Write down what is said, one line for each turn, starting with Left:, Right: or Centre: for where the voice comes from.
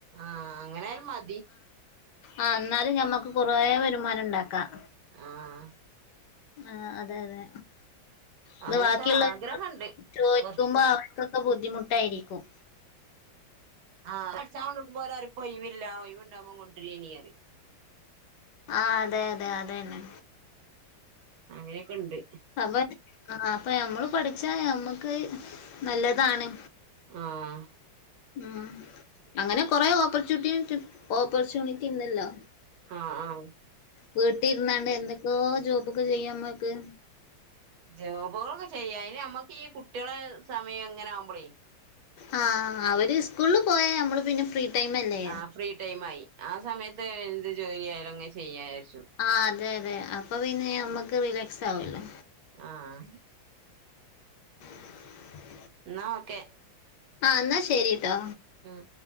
Right: ആഹ് അങ്ങനെയാലും മതി
Left: ആ ഇന്നാലും ഞമ്മക്ക് കുറേ വരുമാനം ഉണ്ടാക്കാം
Right: ആഹ്
Left: ആ അതെ അതെ ഇത്
Right: അങ്ങനൊക്കെ
Left: ബാക്കിയുള്ള
Right: ആഗ്രഹണ്ട്
Left: ചോദിക്കുമ്പോ
Right: കൊറച്ച്
Left: അവർക്കെന്തോ ബുദ്ധിമു ദ്ധിമുട്ടായിരിക്കും
Right: ആ പ്പ അട്ച്ചാ കൊണ്ട് കൊടുക്കുമ്പോ ഓലറിം ഇപ്പൊയിവില്ല ഒഴിവ്ണ്ടാകുമ്പ കൊണ്ടരേനിം അറിം
Left: ആഹ് അതെ അതെ അതെന്നെ
Right: അങ്ങനെയൊക്കെ ഇണ്ട്
Left: അപ്പൊ ആ അപ്പൊ ഞമ്മള് പഠിച്ചാ മ്മക്ക് നല്ലതാണ്
Right: ആഹ്
Left: ഉം അങ്ങനെ കൊറെ ഓപ്പർച്യൂണിറ്റിസ് ഓപ്പർച്യൂണിറ്റി ഇണ്ടല്ലോ
Right: ആ ആ
Left: വീട്ട് ഇര്ന്നാണ്ട് എന്തെക്കോ ജോബക്കെ ചെയ്യാ മുക്ക്.
Right: ജോബുകളൊക്കെ ചെയ്യാം അയ്ന് നമ്മക്ക് ഈ കുട്ടികള സമയം എങ്ങനെ ആവുമ്പളേ
Left: ആ അവര് സ്കൂളിൽ പോയ നമ്മള് പിന്നെ ഫ്രീ ടൈം അല്ലേ
Right: ആ ഫ്രീ ടൈം ആയി ആ സമയത്ത് എന്ത് ജോലി ആയാലും അങ്ങെ ചെയ്യായിര്
Left: ആ അതെ അതെ. അപ്പൊ പിന്നെ ഞമ്മക്ക് റിലാക്സ് ആവാല്ലോ
Right: ആഹ്
Left: <unintelligible>
Right: എന്നാ ഓക്കെ.
Left: ആഹ് എന്നാ ശെരിട്ടോ.
Right: ഉം